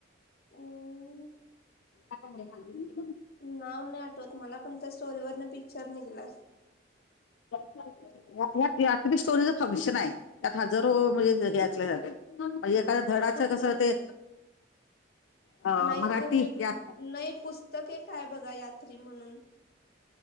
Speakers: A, on the left (about 55°); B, on the left (about 85°).
A: अम्
B: आमे हा <unintelligible>
A: नाव नाही आठवत मला पण त्या स्टोरीवर न पिक्चर निघलाय
B: ह <unintelligible> तत <unintelligible> स्टोरेज फंक्शन आहे त्यात हजारो म्हणजेल्या <unintelligible> जात्यात म्हणजे धडाच
A: कुठलं
B: कस ते अ
A: नाही
B: मराठी
A: तुम्ही
B: यात
A: नाही पुस्तक ऐक हाय बगा यात्री म्हणून